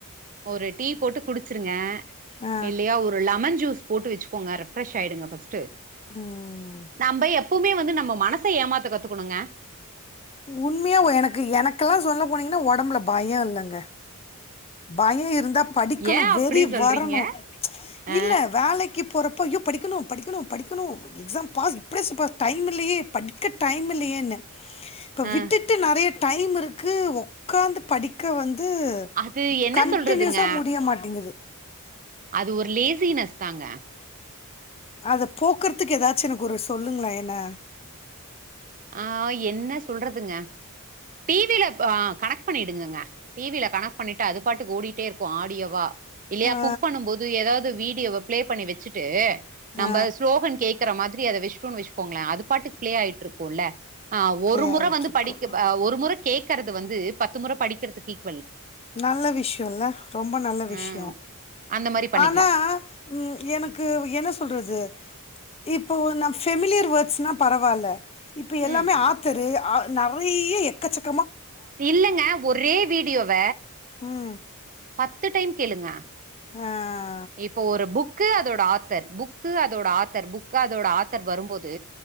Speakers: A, on the right (about 35°); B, on the left (about 25°).
A: ஒரு டீ போட்டு குடிச்சிருங்க
B: ஆ
A: இல்லையா ஒரு லெமன் ஜூஸ் போட்டு வச்சு போங்க ரெப்ரஷ் ஆயிடுங்க பஸ்ட் டு
B: ம்.
A: நம்ம எப்பவுமே வந்து நம்ம மனசு ச ஏமாத்த கத்துக்கணுங்க
B: உண்மையா எனக்கு எனக்கெல்லா சொல்ல போனீங்கன்னா ஒடம்புல பயோ இல்லங்க பயம் இருந்தா படிக்கணு
A: ஏன் அப்படி
B: வெறி
A: சொல்றீங்க
B: வரணும்
A: அ
B: இல்ல வேலைக்கு போறப்ப ஐயோ படிக்கணும் படிக்கணு படிக்கணு எக்ஸாம் பாஸ் இப்டியச்சு பாஸ் டைம் இல்லயே படிக்க டைம் இல்லையேன்னு இப்ப
A: அ
B: விட்டுட்டு நெறைய டைம் இருக்கு ஒக்காந்து படிக்க வந்து
A: அது என்ன
B: கண்டினியூஸாக
A: சொல்றதுங்க
B: முடிய மாட்டேங்குது
A: அது ஒரு லேசினஸ் தாங்க
B: அத போக்குறதுக்கு ஏதாச்சு எனக்கு ஒரு சொல்லுங்களே என்ன
A: ஆஹ் என்ன சொல்றதுங்க டி வி-ல ஆஹ் கனெக்ட் பண்ணிடுங்கங்க டி வி-ல கனெக்ட் பண்ணிட்டு அது பாட்டுக் ஓடிட்டே இருக்கு ஆடியோவா இல்லையா
B: ஆ
A: குக் பண்ணும் போது ஏதாவது வீடியோவ பிளே பண்ணி வச்சுட்டு நம்ப
B: ஆ
A: ஸ்லோகன் கேக்கற மாதி ரி அத வச்சு வச்சுோங்களே அது பாட்டுக்கு ப்ளே ஆயிட்டு இருக் குள்ள அஹ்
B: இப்படி
A: ஒரு முற
B: ஆயிட்டு
A: வந்து
B: இருக்கும்
A: படிக் ஒரு முற கேக்கறது வந்து பத்து முற படிக்கிறதுக்கு இக்
B: நல்ல விஷயோல்ல ரொம்ப நல்ல
A: ம்
B: விஷயம்
A: அந்த மாரி பண்ணிக்கலா
B: ஆனா உம் எனக்கு
A: ம்
B: என்ன சொல்றது இப்போ நா ஃபமிலியர் வேர்ட்ஸ்னா பரவால்ல இப்ப எல்லாமே
A: ம்
B: ஆத்தரு ஆ நெறைய எக்கச்சக்
A: இல்லங்க ஒரே வீடியோவ
B: உம்
A: பத்து டைம் கேளுங்க
B: ஆஹ்
A: இப்ப ஒரு புக் க்கு அதோட ஆத்தர் புக்கு அதோட ஆத்தர் புக்கு அதோட ஆத்தர் வரும்போது